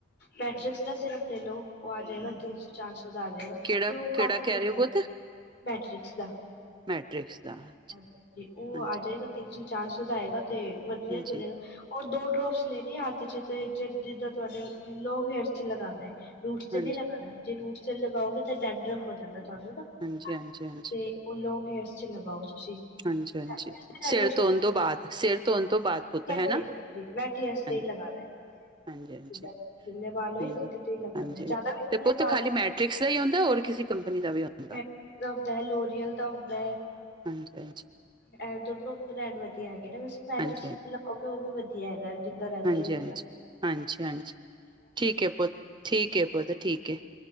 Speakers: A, on the left; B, on the right.
A: ਮੈਟ੍ਰਿਕਸ ਦਾ ਸਿਰਮ ਲੈ ਲਓ, ਉਹ ਆ ਜਾਏਗਾ ਤਿੰਨ ਸੌ, ਚਾਰ ਸੌ ਦਾ ਆ ਜਾਏਗਾ
B: ਕਿਹੜਾ
A: ਤੇ ਉਹ
B: ਕਿਹੜਾ
A: ਕਾਫੀ ਚਹੀਦਾ
B: ਕਹਿ ਰਹੇ ਹੋ ਪੁੱਤ
A: ਬੈਟਰਿਕਸ ਦਾ।
B: ਮੈਟ੍ਰਿਕਸ ਦਾ ਹਾਂਜੀ
A: ਹਾਂਜੀ-ਹਾਂਜੀ ਉਹ
B: ਹਾਂਜੀ
A: ਆ ਜਾਏਗਾ। ਤਿੰਨ ਸੌ ਚਾਰ ਸੌ ਦਾ ਆਏਗਾ ਤੇ ਵਧੀਆ
B: ਹਾਂਜੀ
A: ਚਲੇਗਾ। ਉਹ ਦੋ ਡਰੋਪਸ ਲੈਣੀ ਹੱਥ ਚ ਤੇ ਜ ਜਿੱਦਾਂ ਤੁਹਾਡੇ ਲੋਂਗ ਹੇਅਰ ਚ ਲਗਾਉਣਾ ਹੈ। ਰੂਟਸ ਚ
B: ਹਾਂਜੀ
A: ਨੀ ਲਗਾਉਣਾ, ਜੇ ਰੂਟਸ ਚ ਲਗਾਓਗੇ, ਤਾਂ ਡੈਂਡਰਫ ਹੋ ਜਾਂਦਾ ਤੁਹਾਨੂੰ ਨਾ
B: ਹਾਂਜੀ-ਹਾਂਜੀ-ਹਾਂਜੀ।
A: ਤੇ ਉਹ ਲੌਂਗ ਹੇਅਰ ਚ ਲਗਾਓ ਤੁਸੀਂ
B: ਹਾਂਜੀ, ਹਾਂਜੀ
A: ਵੈਟ
B: ਸਿਰ
A: ਹੇਅਰਸ
B: ਤੋਨ ਤੋਂ ਬਾਅਦ ਸਿਰ ਧੋਣ ਤੋਂ ਬਾਅਦ, ਪੁੱਤ ਹੈ
A: ਚ
B: ਨਾ
A: ਹਾਂਜੀ ਵੈਟ ਹੇਅਰਸ ਤੇ
B: ਹਾਂਜੀ।
A: ਹੀ ਲਗਾਣਾ ਐ
B: ਹਾਂਜੀ, ਹਾਂਜੀ,
A: ਜਿੱਦਾਂ ਗਿੱਲੇ ਵਾਲ ਹੋਏ
B: ਹਾਂਜੀ,
A: ਉਹਦੇ ਤੇ ਹੀ ਲਗਾਣਾ
B: ਹਾਂਜੀ,
A: ਜ਼ਿਆਦਾ ਵੀ
B: ਤੇ
A: ਗਿੱਲੇ
B: ਪੁੱਤ
A: ਨਾ
B: ਖਾਲੀ
A: ਹੋਣ।
B: ਮੈਟ੍ਰਿਕਸ ਦਾ ਹੀ ਆਉਂਦਾ ਹੋਰ ਕਿਸੇ। ਕੰਪਨੀ ਦਾ ਵੀ ਆਉਂਦ
A: <unintelligible> ਦਾ ਹੁੰਦਾ ਐ ਲੋਰੀਅਲ ਦਾ ਹੁੰਦਾ ਐ।
B: ਹਾਂਜੀ ਹਾਂਜੀ
A: ਐ ਦੋਨੋ ਬ੍ਰੈਂਡ ਵਧੀਆ ਹੈਗੇ ਨੇ ਬਾਦ ਚ ਮੈਟਿਕਸ
B: ਹਾਂਜੀ
A: ਲਗਾਓਗੇ ਓ ਵੀ ਵਧੀਆ- ਧੀਆਂ ਹੈਗਾ ਜਿੱਦਾਂ ਰੇਗੁਲ
B: ਹਾਂਜੀ ਹਾਂਜੀ ਹਾਂਜੀ ਹਾਂਜੀ। ਠੀਕ ਏ ਪੁੱਤ। ਠੀਕ ਏ ਪੁਤ। ਠੀਕ ਏ।